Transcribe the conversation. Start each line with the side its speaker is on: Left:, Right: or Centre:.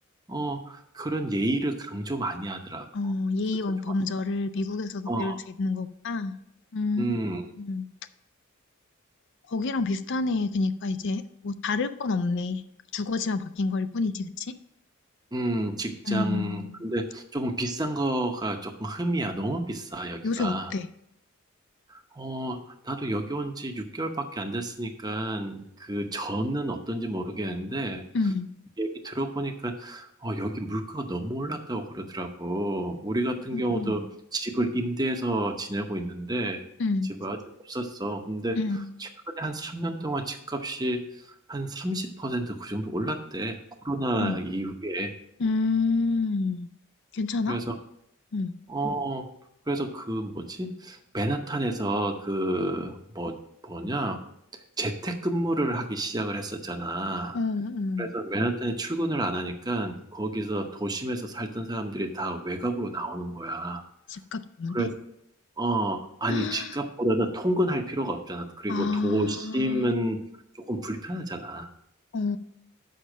Right: 어, 그런 예의를 강조 많이 하더라고.
Left: 어, 예의원
Right: 그래서 좋았어.
Left: 범절을 미국에서도
Right: 어,
Left: 배울 수 있는 거구나. 음,
Right: 음,
Left: 음. 거기랑 비슷하네. 그러니까 이제 뭐 다를 건 없네. 주거지만 바뀐 거일 뿐이지, 그치?
Right: 음, 직장.
Left: 음,
Right: 근데 조금 비싼 거가 조금 흠이야. 너무 비싸, 여기가.
Left: 요새 어때?
Right: 어, 나도 여기 온 지 6개월밖에 안 됐으니까 그 전은 어떤지 모르겠는데,
Left: 음,
Right: 얘기 들어보니까 어, 여기 물가가 너무 올랐다고 그러더라고. 우리 같은 경우도
Left: 음,
Right: 집을 임대해서 지내고 있는데
Left: 음,
Right: 집을 아직 못 샀어. 근데
Left: 음,
Right: 최근에 한 3년 동안 집값이 한 30%그 정도 올랐대. 코로나
Left: 음,
Right: 이후에.
Left: 음. 괜찮아?
Right: 그래서
Left: 응,
Right: 어 그래서 그 뭐지? 맨하탄에서 그 뭐 뭐냐? 재택근무를 하기 시작을 했었잖아.
Left: 어, 응.
Right: 그래서 맨하탄에 출근을 안 하니까 거기서 도심에서 살던 사람들이 다 외곽으로 나오는 거야.
Left: 집값 때문에?
Right: 그래서, 어, 아니,
Left: <gasps>
Right: 집값보다는 통근할 필요가 없잖아. 그리고
Left: 아,
Right: 도심은 조금 불편하잖아.
Left: 어.